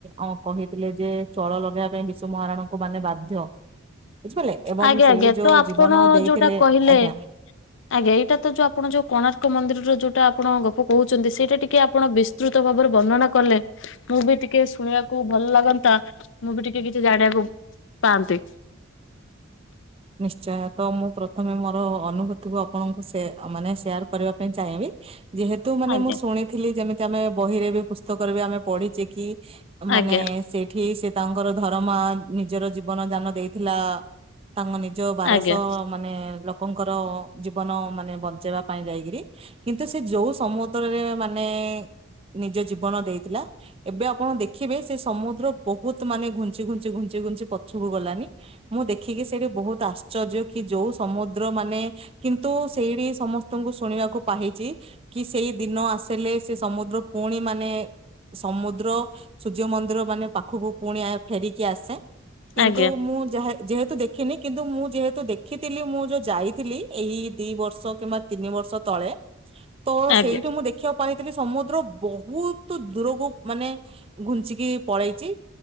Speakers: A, on the right; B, on the left.
A: ଆମକୁ କହିଥିଲେ ଯେ ଚଳ ଲଗେଇବା ପାଇଁ ବିଶୁ ମହାରାଣଙ୍କୁ ମାନେ ବାଧ୍ୟ ବୁଝିପାରିଲେ ଏବଂ
B: ଆଜ୍ଞା
A: ସେଇଠି
B: ଆଜ୍ଞା
A: ଯୋଉ
B: ତ ଆପଣ
A: ଜୀବନ ଦେଇଥିଲେ,
B: ଯୋଉଟା କହିଲେ
A: ଆଜ୍ଞା।
B: ଆଜ୍ଞା ଏଇଟା ତ ଯୋଉ ଆପଣ ଯୋଉ କୋଣାର୍କ ମନ୍ଦିରର ଯୋଉ <inaudible> ଟା ଆପଣ ଗପ କହୁଛନ୍ତି ସେଇଟା ଟିକେ ଆପଣ ବିସ୍ତୃତ ଭାବରେ ବର୍ଣ୍ଣନା କଲେ ମୁଁ ବି ଟିକେ ଶୁଣିବାକୁ <inaudible> ଭଲ ଲାଗନ୍ତା ମୁଁ ବି ଟିକେ କିଛି ଜାଣିବାକୁ ପାଆନ୍ତି।
A: ନିଶ୍ଚୟ ତ ମୁଁ ପ୍ର ପ୍ରଥମେ ମୋର ଅନୁଭୂତିକୁ ଆପଣଙ୍କୁ ସେ ମାନେ ଶେୟାର କରିବା ପାଇଁ ଚାହିଁବି। ଯେହେତୁ ମାନେ
B: ଆଜ୍ଞା
A: ମୁଁ ଶୁଣିଥିଲି ଯେମିତି ଆମେ ବହିରେ ବି ପୁସ୍ତକରେ ବି ଆମେ ପଢିଛେ କି ମାନେ
B: ଆଜ୍ଞା
A: ସେଠି ସେ ତାଙ୍କର ଧରମା ନିଜର ଜୀବନ ଦାନ ଦେଇଥିଲା ତାଙ୍କ ନିଜ ବାରଶହ
B: ଆଜ୍ଞା
A: ମାନେ ଲ ଲୋକଙ୍କର ଜୀବନ ମାନେ ବଞ୍ଚେଇବା ପାଇଁ ଯାଇକିରି କିନ୍ତୁ ସେ ଯୋଉ ସମୁଦ୍ରରେ ମାନେ <inaudible> ନିଜ ଜୀବନ ଦେଇଥିଲା ଏବେ ଆପଣ ଦେଖିବେ ସେ ସମୁଦ୍ର ବହୁତ ମାନେ ଘୁଞ୍ଚି ଘୁଞ୍ଚି ଘୁଞ୍ଚି ଘୁଞ୍ଚି ପଛକୁ ଗଲାନି ମୁଁ ଦେଖି <inaudible> ସେଇଠି ବହୁତ ଆଶ୍ଚର୍ଯ୍ୟ କି ଯୋଉ ସମୁଦ୍ର ମାନେ କିନ୍ତୁ ସେଇଠି ସମସ୍ତଙ୍କୁ ଶୁଣିବାକୁ କୃପା ହେଇଛି କି ସେଇ ଦିନ ଆସିଲେ ସେ ସମୁଦ୍ର ପୁଣି ମାନେ ସମୁଦ୍ର। ସୂର୍ଯ୍ୟ ମନ୍ଦିର ମାନେ ପାଖକୁ ପୁଣି ଫେରିକି ଆସେ କିନ୍ତୁ
B: ଆଜ୍ଞା
A: ମୁଁ ଯାହା ଯେତ୍ <inaudible> ଦେଖିନି କିନ୍ତୁ ମୁଁ ଯେହେତୁ ଦେଖିଥିଲି ମୁଁ ଯୋଉ ଯାଇଥିଲି ଏଇ ଦି ବର୍ଷ କିମ୍ବା ତିନି ବର୍ଷ ତଳେ ତ
B: ଆଜ୍ଞା
A: ସେଇଠୁ ମୁଁ ଦେଖିବାକୁ ପାଇ ଏଇନେ ସମୁଦ୍ର ବହୁତ ଦୂରକୁ ମାନେ ଘୁଞ୍ଚିକି ପଳେଇଚି।